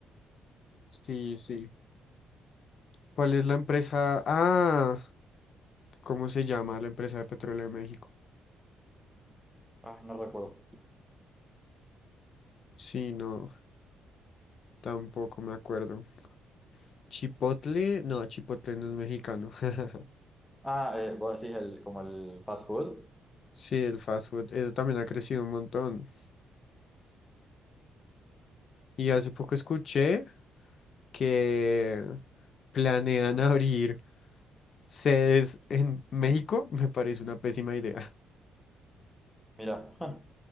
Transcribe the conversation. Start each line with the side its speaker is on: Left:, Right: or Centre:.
Left: Sí, sí. ¿Cuál es la empresa? Ah, ¿cómo se llama la empresa de petróleo de México?
Centre: Ah, no recuerdo.
Left: Sí, no, tampoco me acuerdo. Chipotle, no, Chipotle no es mexicano. <laughs>
Centre: Ah, eh, vos decís el, como el fast food.
Left: Sí, el fast food, eso también ha crecido un montón. Y hace poco escuché que planean <laughs> abrir sedes en México, <laughs> me parece una pésima idea.
Centre: Mira. <laughs>